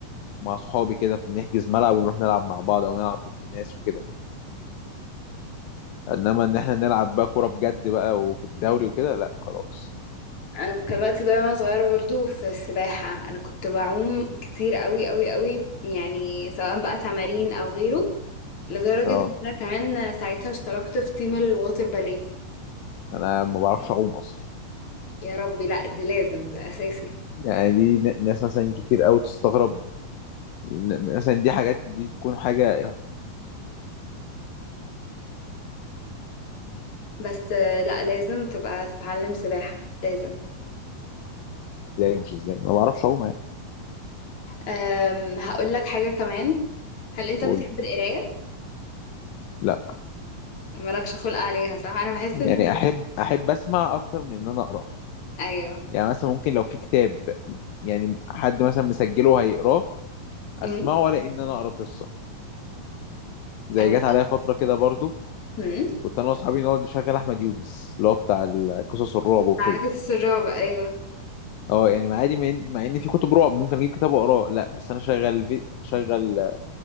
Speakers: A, on the left; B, on the left.
A: مع اصحابي كده فبنحجز ملعب ونروح نلعب مع بعض او نلعب ضد ناس وكده يعني. انما ان احنا نلعب بقى كوره بجد بقى وفي الدوري وكده لا خلاص
B: انا كان وقتي ضايع وانا صغيره برضو في السباحه انا كنت بعوم كتير قوي قوي قوي يعني سواء بقى تمارين او غيره لدرجه
A: اه
B: ان انا كمان ساعتها اشتركت في تيم الووتر باليه
A: انا ما بعرفش اعوم اصلا
B: يا ربي لا دي لازم ده اساسي
A: يعني دي ن- ناس مثلا كتير قوي تستغرب ن- مثلا دي حاجات دي تكون حاجة
B: بس آه، لا لازم تبقى تتعلم سباحه لازم
A: ازاي ومش ازاي ما بعرفش اعوم يعني
B: أم هقول لك حاجه كمان هل انت
A: اقول
B: بتحب القرايه
A: لا
B: مالكش خلق عليها صح انا بحس
A: يعني
B: ان
A: احب احب اسمع اكتر من ان انا اقرا
B: ايوه
A: يعني مثلا ممكن لو في كتاب يعني حد مثلا مسجله وهيقراه اسمعه
B: امم
A: ولا ان انا اقرا قصه زي
B: انا
A: جت عليا فتره كده برضو
B: امم
A: كنت انا واصحابي نقعد نشغل احمد يونس اللي هو بتاع ال- قصص الرعب وكده
B: عكس الرعب ايوه
A: اه يعني مع عادي مع ان مع إن في كتب رعب ممكن اجيب كتاب واقراه لا بس انا شغل في... شغل